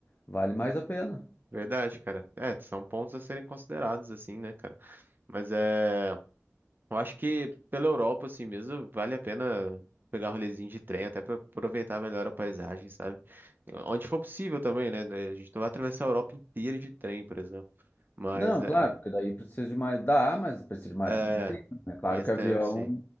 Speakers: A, on the left; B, on the right.
A: vale mais a pena.
B: Verdade, cara. É, são pontos a serem considerados, assim, né, cara? Mas é. Eu acho que pela Europa, assim mesmo, vale a pena pegar rolezinho de trem, até para aproveitar melhor a paisagem, sabe? Onde for possível também, né? A gente não vai atravessar a Europa inteira de trem, por exemplo. Mas
A: Não,
B: é,
A: claro, porque daí precisa de mais. Dá, mas precisa de mais.
B: é
A: É claro
B: mais
A: que
B: tempo,
A: avião
B: sim.